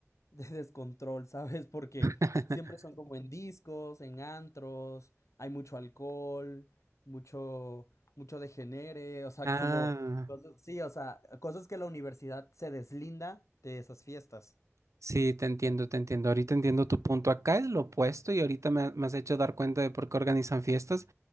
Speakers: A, on the left; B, on the right.
A: de descontrol, ¿sabes? Porque
B: <laughs>
A: siempre son como en discos, en antros, hay mucho alcohol, mucho, mucho degenere, o sea,
B: Ah,
A: <laughs> como cosas, sí, o sea, cosas que la universidad se deslinda de esas fiestas.
B: sí, te entiendo, te entiendo. Ahorita entiendo tu punto. Acá es lo opuesto y ahorita me, me has hecho dar cuenta de por qué organizan fiestas.